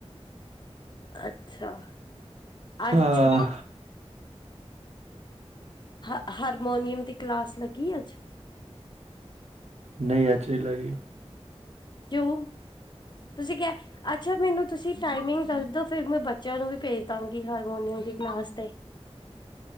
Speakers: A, on the left; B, on the right.
A: ਅੱਛਾ ਅੱਜ
B: ਹਾਂ
A: ਝੂ। ਹ ਹਾਰਮੋਨੀਅਮ ਦੀ ਕਲਾਸ ਲੱਗੀ ਅੱਜ।
B: ਨਹੀਂ ਅੱਛੀ ਲਗੀ।
A: ਕਿਉ ਤੁਸੀਂ ਕ। ਅੱਛਾ ਮੈਨੂੰ ਤੁਸੀਂ ਟਾਈਮਿੰਗ ਦੱਸਦੋ ਫਿਰ ਮੈਂ ਬੱਚਿਆਂ ਨੂੰ ਵੀ ਭੇਜ ਦਾਂਗੀ ਹਾਰਮੋਨੀਅਮ ਦੀ ਕਲਾਸ ਤੇ।